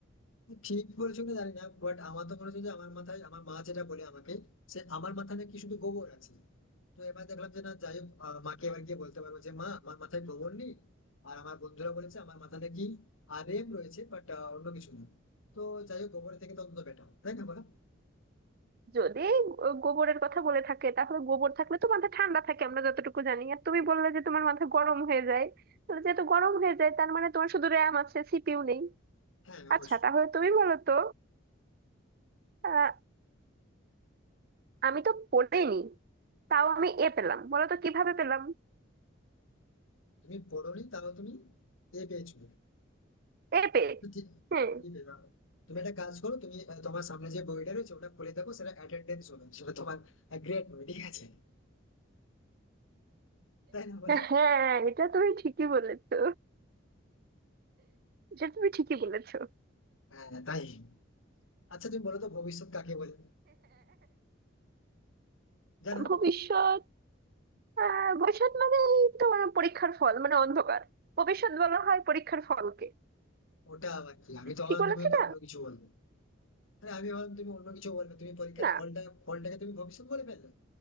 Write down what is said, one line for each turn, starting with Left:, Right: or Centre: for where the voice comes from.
Left: ঠিক বলেছো কিনা জানি না বাট আমার তো মনে হচ্ছে যে আমার মাথায় আমার মা যেটা বলে আমাকে সে আমার মাথায় নাকি শুধু গোবর আছে তো এবার দেখলাম যে না যাই হোক আহ, মাকে এবার গিয়ে বলতে পারবো যে মা আমার মাথায় গোবর নেই আর আমার বন্ধুরা বলেছে আমার মাথায় নাকি আর রেম রয়েছে বাট অন্য কিছু না তো যাই হোক গোবর থেকে তো অন্তত বেটার তাই না বলো
Right: যদি গো- গোবরের কথা বলে থাকে তাহলে গোবর থাকলে তো মাথা ঠান্ডা থাকে আমরা যতটুকু জানি আর তুমি বললে যে তোমার মাথা গরম হয়ে যায় তাহলে যেহেতু গরম হয়ে যায় তার মানে তোমার শুধু র্যাম আছে সিপিইউ নেই
Left: হ্যাঁ অবশ্যই
Right: আচ্ছা তাহলে তুমি বলো তো আহ, আমি তো পড়েইনি তাও আমি এ পেলাম বলো তো কিভাবে পেলাম
Left: তুমি পড়োনি তাও তুমি এ পেয়েছো
Right: এ পেয়ে
Left: তো ঠিক
Right: হ্যাঁ
Left: ঠিক আছে, দাঁড়াও। তুমি একটা কাজ করো তুমি আহ, তোমার সামনে যে বইটা রয়েছে ওটা খুলে দেখো সেটা অ্যাটেন্ডেন্স হবে সেটা তোমার গ্রেড হবে ঠিক আছে তাই না বলো
Right: হ্যাঁ এটা তুমি ঠিকই বলেছো এটা তুমি ঠিকই বলেছো
Left: হ্যাঁ তাই আচ্ছা তুমি বলো তো ভবিষ্যৎ কাকে বলে জানো
Right: ভবিষ্যৎ আহ, ভবিষ্যৎ মানে তোমার পরীক্ষার ফল মানে অন্ধকার ভবিষ্যৎ বলা হয় পরীক্ষার ফলকে
Left: ওটা আবার কি আমি তো ভাবলাম
Right: ঠিক বলেছি
Left: তুমি তো
Right: না
Left: অন্য কিছু বলবে আরে আমি ভাবলাম তুমি অন্য কিছু বলবে তুমি পরীক্ষার
Right: না
Left: ফলটা ফলটাকে তুমি ভবিষ্যৎ বলে ফেললে